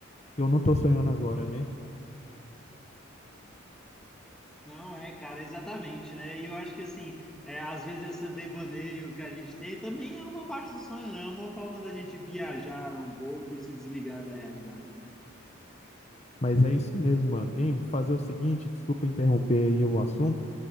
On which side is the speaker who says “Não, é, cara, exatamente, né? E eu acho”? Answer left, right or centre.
Centre